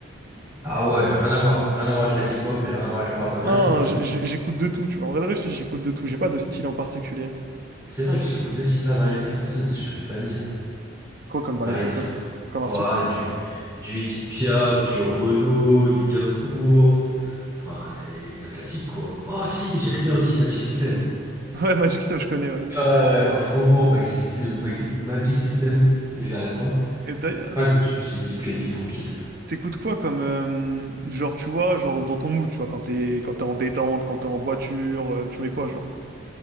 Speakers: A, on the right (about 20°); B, on the right (about 50°).
A: Ah ouais, rien à voir. Rien à voir avec la K-pop et rien à voir avec le rap américain,
B: Non,
A: du coup.
B: j- j- j'écoute de tout, tu vois. En vrai de vrai, je te dis, j'écoute de tout. J'ai pas de style en particulier.
A: C'est vrai que j'écoute aussi de la variété française, je te l'ai pas dit.
B: Quoi comme variété,
A: Variété
B: comme,
A: fr-
B: comme artiste?
A: Ouah, du, du Edith Piaf, du Renaud, du Gainsbourg. Enfin, euh, la classique, quoi. Oh si, j'aime bien aussi Magic System.
B: <laughs> Ouais, Magic Step, je connais, ouais.
A: Ouais, ouais, en ce moment, Magic, euh, Maxi- Magic System, j'arrête pas.
B: Et d'ailleurs,
A: Ah, je me suis fait des petites playlists tranquilles.
B: t'écoutes quoi comme... euh, genre, tu vois, genre dans ton mood, tu vois, quand t'es quand t'es en détente, quand t'es en voiture, euh, tu mets quoi, genre?